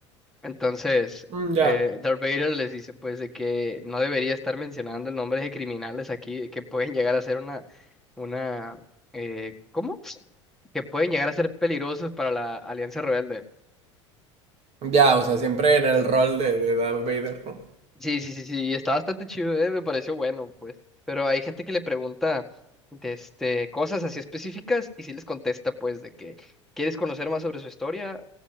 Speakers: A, in the centre; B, on the right.
A: Entonces,
B: Mm, ya.
A: eh, Darth Vader les dice pues de que no debería estar mencionando nombres de criminales aquí que pueden llegar a ser una, una, eh, ¿cómo? Que pueden llegar a ser peligrosos para la Alianza Rebelde.
B: Ya, o sea, siempre en el rol de, de Darth Vader, ¿no?
A: Sí, sí, sí, sí, y está bastante chido, eh, me pareció bueno, pues. Pero hay gente que le pregunta de este, cosas así específicas y sí les contesta pues de que quieres conocer más sobre su historia